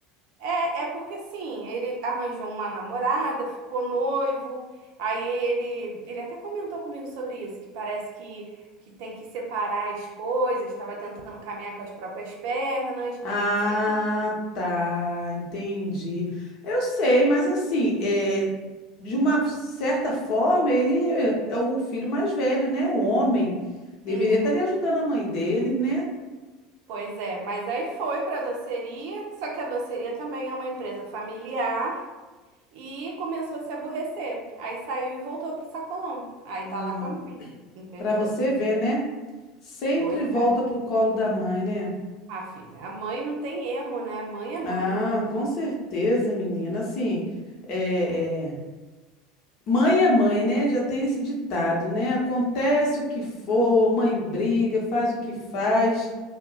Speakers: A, on the right; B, on the left.
A: É, é porque assim, ele arranjou uma namorada, ficou noivo, aí ele, ele até comentou comigo sobre isso, que parece que, que tem que separar as coisas, estava tentando caminhar com as próprias pernas,
B: Ah,
A: só que...
B: tá, entendi. Eu sei, mas assim, é, de uma certa forma, ele é é o filho mais velho, né? O homem. Deveria
A: Uhum,
B: estar ali ajudando a mãe dele, né?
A: pois é, mas aí foi para a doceria, só que a doceria também é uma empresa familiar e começou a se aborrecer, aí saiu e voltou pro sacolão, aí
B: Ah,
A: tá lá com a mãe, entendeu?
B: para você ver, né? Sempre
A: Pois
B: volta
A: é.
B: pro colo da mãe, né?
A: Ah, filha, a mãe não tem erro, né? Mãe é mãe.
B: Ah, com certeza, menina. Assim, é, é, mãe é mãe, né? Já tem esse ditado, né? Acontece o que for, mãe briga, faz o que faz,